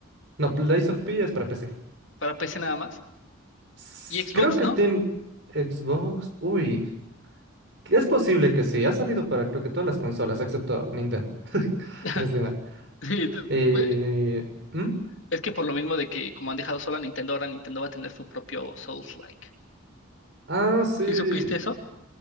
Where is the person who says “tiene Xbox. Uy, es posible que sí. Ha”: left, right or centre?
Right